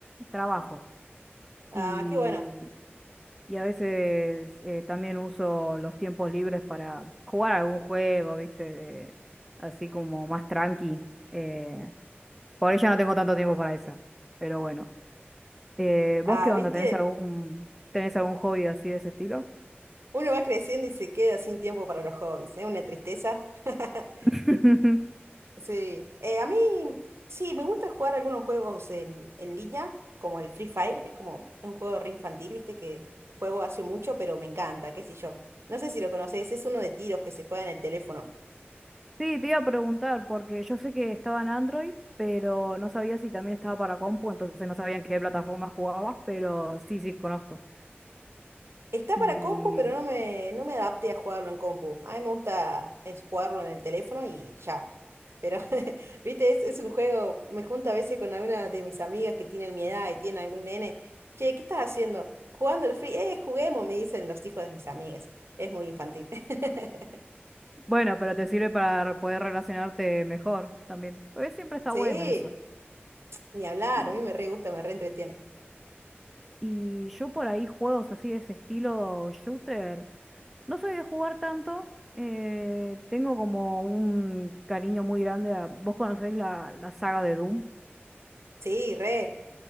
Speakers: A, in the centre; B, on the right (about 80°).
A: trabajo.
B: Ah,
A: y
B: qué bueno.
A: y a veces eh, también uso los tiempos libres para jugar algún juego, ¿viste? De- así como más tranqui. Eh, por ahí ya no tengo tanto tiempo para eso. Pero bueno. Eh,
B: Ah,
A: ¿vos qué onda?
B: ¿viste?
A: ¿Tenés algún, tenés algún hobby así de ese estilo?
B: Uno va creciendo y se queda sin tiempo para los hobbies, ¿eh? Una tristeza. <laughs>
A: <laughs>
B: Sí. Eh, a mí, sí, me gusta jugar algunos juegos en, en línea, como el Free Fire. Es como un juego re infantil, ¿viste? Que juego hace mucho, pero me encanta, qué sé yo. No sé si lo conoces, es uno de tiros que se juega en el teléfono.
A: Sí, te iba a preguntar, porque yo sé que estaba en Android, pero no sabía si también estaba para compu, entonces no sabía en qué plataforma jugabas, pero sí, sí, conozco.
B: Está
A: y
B: para compu, pero no me, no me adapté a jugarlo en compu. A mí me gusta es jugarlo en el teléfono y ya. Pero, <laughs> viste, es, es un juego. Me junto a veces con alguna de mis amigas que tienen mi edad y tienen algún nene. Che, ¿qué estás haciendo? Jugando el free. Eh, juguemos, me dicen los hijos de mis amigas. Es muy infantil. <laughs>
A: Bueno, pero te sirve para re- poder relacionarte mejor también. Porque siempre está
B: Sí,
A: bueno eso.
B: ni hablar.
A: Y,
B: A mí me re gusta, me re entretiene.
A: y yo por ahí juegos así de ese estilo shooter, no soy de jugar tanto. eh, tengo como un cariño muy grande a... ¿Vos conocés la, la saga de Doom?
B: Sí, re.